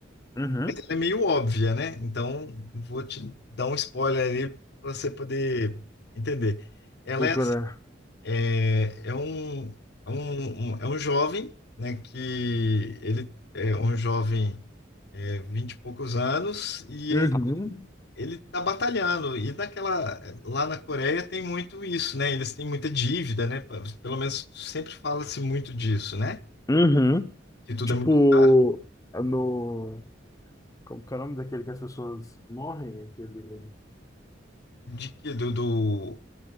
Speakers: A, on the left; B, on the left.
A: Uhum.
B: é meio óbvia, né? Então, vou te dar um spoiler ali para você poder entender. Ela
A: Procurar.
B: é, assim, é, é um, é um, um- é um jovem, né? Que ele é um jovem, é, 20 e poucos anos, e
A: Uhum.
B: ele, ele tá batalhando. E naquela, lá na Coreia tem muito isso, né? Eles têm muita dívida, né? Pelo menos sempre fala-se muito disso, né?
A: Uhum.
B: Que tudo
A: Tipo,
B: é muito caro.
A: no. Como que é o nome daquele que as pessoas morrem? Aquele...
B: De que do, do-